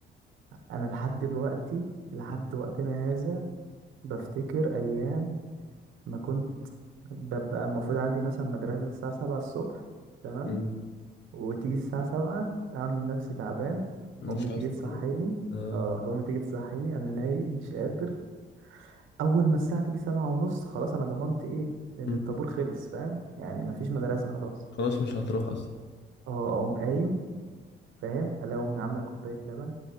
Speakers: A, on the right (about 80°); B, on the left (about 60°).
A: انا لحد دلوقتي لحد
B: مم.
A: وقتنا هذا بفتكر ايام ما كنت ببقى المفروض عندي مثلا مدرسة الساعة سبعة الصبح تمام
B: مم.
A: وتيجي الساعة سبعة أعمل نفسي تعبان
B: مش
A: أمي تيجي
B: عايز
A: تصحيني
B: تروح آه.
A: اه أمي تيجي تصحيني أنا نايم مش قادر اول ما الساعه تيجي سبعة ونص خلاص انا ضمنت ايه ان
B: مم.
A: الطابور خلص فاهم يعني مفيش مدرسه خلاص
B: خلاص مش هتروح أصلا
A: اه اقوم قايم فاهم الاقي امي عامله كوبايه لبن